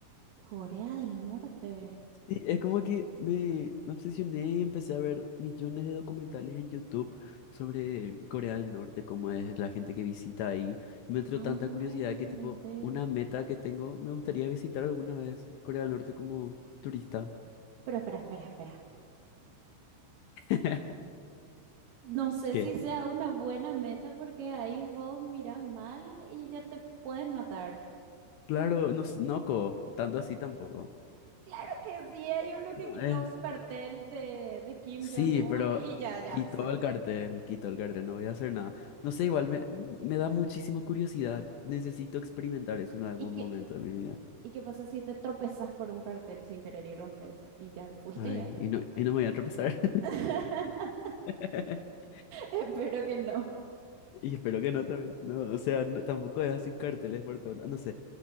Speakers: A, on the right; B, on the left.
A: Corea del Norte.
B: Sí, es como que me, me obsesioné y empecé a ver millones de documentales en YouTube sobre Corea del Norte, cómo es la gente que visita ahí. Y me entró
A: Ay,
B: tanta curiosidad que tipo,
A: ente-
B: una meta que tengo, me gustaría visitar alguna vez Corea del Norte como turista.
A: Pero espera, espera, espera.
B: <laughs>
A: No sé
B: ¿Qué?
A: si sea una buena meta porque ahí vos miras mal y ya te pueden matar.
B: Claro, no, s- no, co, tanto así tampoco.
A: Claro que sí, hay uno
B: No,
A: que quitó
B: es
A: un cartel de, de Kim
B: Sí,
A: Jong-un
B: pero
A: y ya, ya
B: quitó
A: se...
B: el cartel, quitó el cartel, no voy a hacer nada. No sé, igual me, me da muchísima curiosidad. Necesito experimentar eso en algún
A: ¿Y qué,
B: momento de mi vida.
A: y qué pasa si te tropezas por un cartel sin querer y rompes? Y ya fuiste
B: Ay,
A: ya.
B: y no, y no me voy a tropezar.
A: <laughs>
B: <laughs>
A: Espero que no.
B: Y espero que no también. No, o sea, no- tampoco es así carteles por todo. lados. No sé,